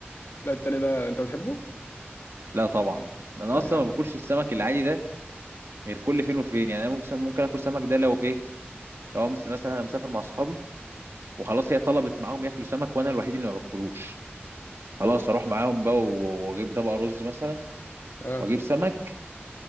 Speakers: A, on the left; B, on the right.
A: لا التاني ده انت بتحبه؟
B: لا طبعا انا
A: لا
B: اصلا
A: يا عم
B: ما باكلش السمك العادي ده غير كل فين وفين يعني انا ممكن ممكن اكل سمك ده لو ايه لو مس- مثلا أنا مسافر مع اصحابي وخلاص هي طلبت معاهم ياكلوا سمك وانا الوحيد اللي ما باكلوش خلاص اروح معاهم بقى واجيب طبق رز مثلا
A: اه
B: واجيب سمك